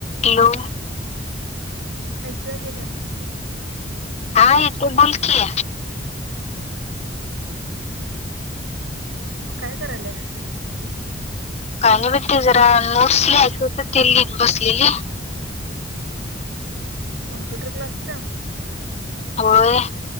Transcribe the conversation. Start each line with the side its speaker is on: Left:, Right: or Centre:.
Left: हॅलो..
Right: ऐकू आले काय?
Left: हा.. येत बोलकी.
Right: काय करालस?
Left: काही नाही बघ ती जरा नोट्स लिहायच होत ते लिहित बसलेली.
Right: कॉम्प्युटर क्लासचा?
Left: होय..